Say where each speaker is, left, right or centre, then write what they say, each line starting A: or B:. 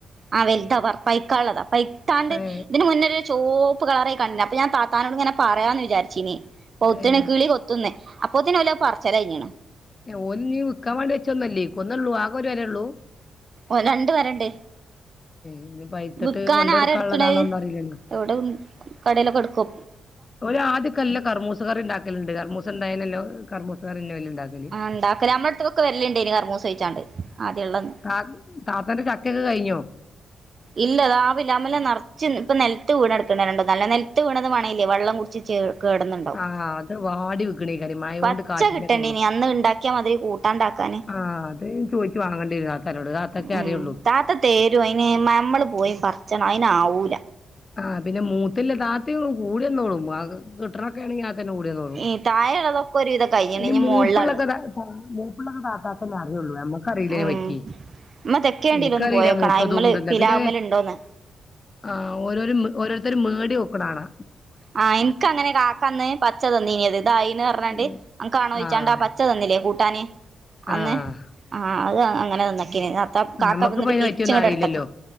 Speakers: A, on the right (about 50°); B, on the left (about 35°).
A: ആ വലുതാ പ പൈക്ക ഉള്ളതാ പൈത്താണ്ട്
B: ഏ
A: ഇതിന് മുന്നൊരു ചോപ്പ് കളറ കണ്ടണ അപ്പൊ ഞാൻ താത്താനോട് ഇങ്ങനെ പറയാന്ന് വിചാരിച്ചീനേ പൌത്ത്ണ്
B: ഏ
A: കിളി കൊത്തുന്നേ അപ്പത്തിനെ വല്ല പറച്ചില കയിഞ്ഞീണ്
B: ഓ നീ വിൽക്കാൻ വേണ്ടി വെച്ച ഒന്നല്ല കൊന്നള്ളൂ ആകെ ഒരു വരെേ ഉള്ളൂ
A: ഓ രണ്ട് വരണ്ടേ
B: ഇനി പഴുത്തിട്ട്
A: വിക്കൻ
B: കൊണ്ടുകൊടുക്കാനുള്ളതാണോ
A: ആര് എടുക്കണ
B: എന്നറിയില്ലല്ലോ
A: എവിടെ കടയിലൊക്കെ എടുക്കുവ
B: ഓല് ആദ്യക്കല്ല കർമൂസക്കറി ഉണ്ടാക്കലുണ്ട് കർമ്മൂസ ഉണ്ടായനല്ലോ കർമൂസക്കറി ഇന്നല്ല ണ്ടാക്കൽ
A: ആ ഉണ്ടാക്കല് നമ്മളടുത്ത്ക്കൊക്കെ വരലുണ്ടേനി കർമൂസ ചോയിച്ചാണ്ട് ആദ്യള്ളന്ന്
B: ആ താത്തന്റെ ചക്കക്കൊ കഴിഞ്ഞോ
A: ഇല്ല താവില്ല അമ്മലെ നിറച്ച് ഇപ്പൊ നിലത്ത് വീണ ടുക്ക്ണ്ട് നല്ല നിലത്ത്ത് വീണത് മണല്ലേ വെള്ളം കുടിച്ച് ചേ കേടന്നുണ്ടാവും
B: ആഹ് അത് വാടി വിക്കണേക്കാരം മഴകൊണ്ട്
A: പച്ച
B: കാറ്റിനൊക്കെ
A: കിട്ടണ്ടി
B: വീണു.
A: ഇനി അന്ന് ഉണ്ടാക്കിയാ മാതിരി കൂട്ടാണ്ടാക്ക
B: ആഹ് അത് ചോയിച്ചു വാങ്ങേണ്ടി വരും താത്താനോട് താത്തക്കേ
A: ഉം
B: അറിയുള്ളൂ.
A: താത്ത തരും അയിന് നമ്മള് പോയി പറച്ചണം അയിന് ആവൂല
B: ആ പിന്നെ മൂത്തില്ല താത്തി കൂടിയന്നോളും അതെക്കെകിട്ടണം ണെങ്കി താത്തന്നെ കൂടിയന്നോളും
A: ഈ താഴെയുള്ളതൊക്കെ ഒരുവിധം കഴിഞ്ഞണ്
B: അയിന്
A: ഇനി
B: മൂപ്പ്ള്ളൊക്കെ
A: മോളിലാ ഉള്ളത്
B: മൂപ്പ് ള്ളൊക്കെ താത്തക്ക് അറിയൊള്ളൂ നമ്മക്ക്റിലല്ലോ
A: ഉം
B: അയിനെപറ്റി
A: ഉമ്മ തെക്കേണ്ടിലൊന്ന്
B: ഇനക്ക്റിയില്ല
A: പോയോക്കണം
B: മൂത്തതന്ത
A: അയിമ്മല് പിലാവുമ്മല്
B: പിന്നെ
A: ഉണ്ടോന്ന്
B: ആ ഓരോ ഓരോരുത്തർ മേടി നോക്ക്ണാണ്
A: ആ ഇനക്ക് അങ്ങനെ കാക്കന്ന് പച്ച തന്നീനിയത് ഇതായിന്ന് പറഞ്ഞണ്ട്
B: ഏഹ്
A: അന്ക്കാണോയിച്ചാണ്ട്
B: ആഹ്
A: ആ പച്ച തന്നില്ലേ കൂട്ടാ ട്ടാന് അന്ന്
B: ആഹ്
A: ആ അത് അങ്ങനെ തന്നട്ട ത്ത കാക്ക
B: ഞമ്മക്കിപ്പ
A: വന്നിട്ട്
B: അയിനെ
A: പിരിച്ചങ്ങടെ
B: പറ്റിയൊന്നും അറിയില്ലല്ലോ.
A: എടുത്തക്ക